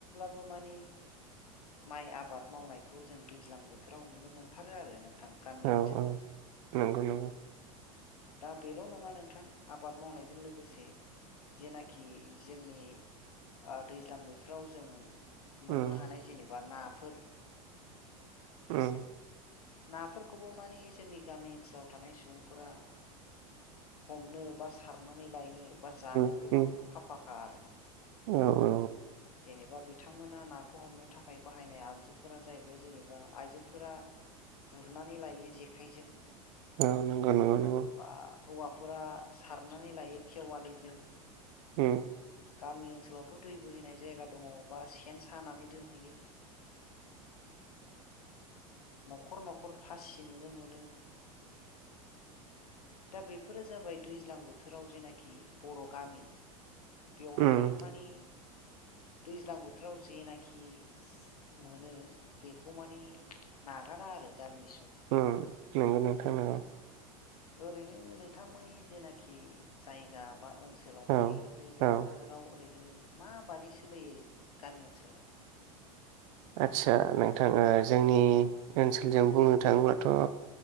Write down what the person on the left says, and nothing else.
थेवबो माने माइ आबाद मावनायखौ जों दैज्लां बोथोराव नुनो मोनथारो आरो नों थां गामि
ओनसोलाव।
<inaudible>
दा बेल' नङा नोंथां आबाद मावनायजों लोगोसे जेनाखि जोंनि ओ दैज्लां बो थोराव जों मोननो
हानाय जेनेबा नाफोर
नाफोरखौबो माने जोंनि गामि ओनसोलाव थानाय सुबुंफोरा हमनो बा सारनानै लायनो बा जानो
गोबां
आखा फाखा आरो।
जेनेबा बिथांमोना नाखौ हमनो थाखाय बाहायनाय आगजुफोरा जाहैबाय जेनेबा आइजोफोरा गुरनानै लायो जेखाइजों।
बा हौवाफोरा सारनानै लायो खेवालिजों।
गामि ओनसोलावथ' दै बोहैनाय जायगा दङ बा सेन सानानै दोनहैयो। न'खर न'खर फासि नुनो मोनो। दा बेफोरो जाबाय दैज्लां बोथोराव जेनाखि बर' गामि बेवहाय
माने दैज्लां बोथोराव जेनाखि मोनो बेखौ माने ना गारा आरो गामिनि सु
ओरैनो नोंथांमोननि जेनाखि जायगा बा ओनसोलावहाय
दैज्लां
बोथोराव ओरैनो मा बादि सोलियो गामि ओनसोलाव?